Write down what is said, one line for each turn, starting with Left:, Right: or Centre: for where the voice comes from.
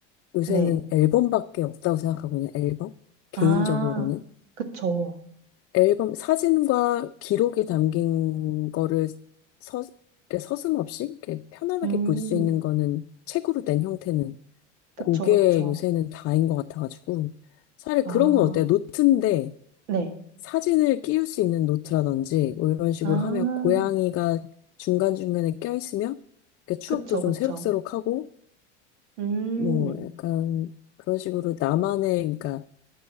Left: 요새는
Right: 네.
Left: 앨범밖에 없다고 생각하거든요, 앨범? 개인적으로는.
Right: 아, 그쵸.
Left: 앨범, 사진과 기록이 담긴 거를 서, 서슴없이 이렇게 편안하게
Right: 음,
Left: 볼 수 있는 거는 책으로 된 형태는
Right: 그쵸,
Left: 그게
Right: 그쵸.
Left: 요새는 다인 것 같아가지고. 차라리
Right: 아,
Left: 그런 건 어때요? 노트인데
Right: 네.
Left: 사진을 끼울 수 있는 노트라든지 뭐 이런 식으로
Right: 아,
Left: 하면 고양이가 중간중간에 껴있으면 그 추억도
Right: 그쵸,
Left: 좀
Right: 그쵸.
Left: 새록새록하고
Right: 음,
Left: 뭐 약간 그런 식으로 나만의 그러니까